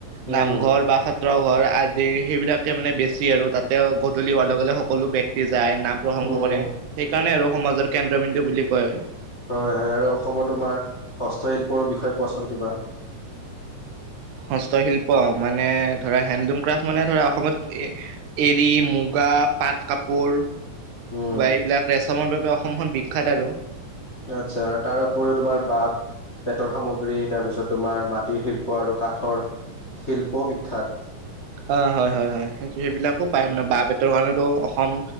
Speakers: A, on the right; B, on the left.
A: নামঘৰ
B: উম,
A: বা সত্ৰ ঘৰ আদি সেইবিলাকে মানে আৰু, তাতে গধূলি হোৱাৰ লগে লগে সকলো বক্তি যায় নাম প্ৰসংগ
B: উম,
A: কৰে, সেইকাৰণে সমাজৰ কেন্দ্ৰবিন্দু কয় আৰু।
B: হয়, হয়। আৰু অসমত তোমাৰ হস্তশিল্পৰ বিষয়ে কোৱাচোন কিবা?
A: হস্তশিল্প মানে, ধৰা হেণ্ডলুম ক্ৰাফ্ট মানে ধৰা অসমত এ এৰী মুগা পাট কাপোৰ
B: উম,
A: বা এইবিলাক ৰেচমৰ বাবে অসমখন বিখ্যাত আৰু।
B: আচ্ছা তাৰ উপৰিও তোমাৰ বাঁহ বেটৰ সামগ্ৰী, তাৰপিছত তোমাৰ মাটিৰ শিল্প আৰু কাঠৰ শিল্পও বিখ্যাত
A: অ', হয় হয় হয় সেইবিলাকো পায়। মানে বাঁহ বেতৰ কাৰণেতো অসম